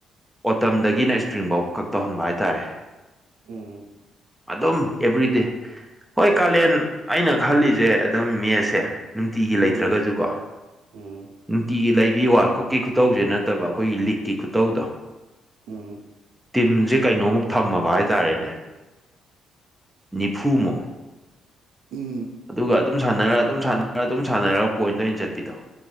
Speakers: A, in the centre; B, on the right.
A: ꯑꯣꯇꯝꯗꯒꯤꯅ ꯏꯁꯄ꯭ꯔꯤꯡꯐꯧ ꯈꯛ ꯇꯧꯍꯟꯕ ꯍꯥꯏꯇꯥꯔꯦ
B: ꯎꯝ
A: ꯑꯗꯨꯝ ꯑꯦꯚ꯭ꯔꯤꯗꯦ ꯍꯣꯏ ꯀꯥꯂꯦꯟ ꯑꯩꯅ ꯈꯜꯂꯤꯁꯦ ꯑꯗꯨꯝ ꯃꯦꯁꯦ ꯅꯨꯡꯇꯤꯒꯤ
B: ꯎꯝ
A: ꯂꯩꯇ꯭ꯔꯒꯁꯨꯀꯣ
B: ꯎꯝ
A: ꯅꯨꯡꯇꯤꯒꯤ ꯂꯩꯕꯤ ꯋꯥꯠ ꯀꯛꯀꯤ ꯈꯨꯇꯧꯁꯦ ꯅꯠꯇꯕ ꯑꯩꯈꯣꯏꯒꯤ ꯂꯤꯛꯀꯤ ꯈꯨꯇꯧꯗꯣ
B: ꯎꯝ
A: ꯇꯤꯝꯁꯦ ꯀꯩꯅꯣꯃꯨꯛ ꯊꯝꯃꯕ ꯍꯥꯏꯇꯥꯔꯦꯅꯦ ꯅꯤꯐꯨꯃꯨꯛ
B: ꯎꯝ
A: ꯑꯗꯨꯒ ꯑꯗꯨꯝ ꯁꯥꯟꯅꯔ ꯑꯗꯨꯝ ꯁꯥꯟꯅꯔ ꯑꯗꯨꯝ ꯁꯥꯟꯅꯔꯒ ꯄꯣꯏꯟꯗ ꯑꯣꯏꯅ ꯆꯠꯄꯤꯗꯣ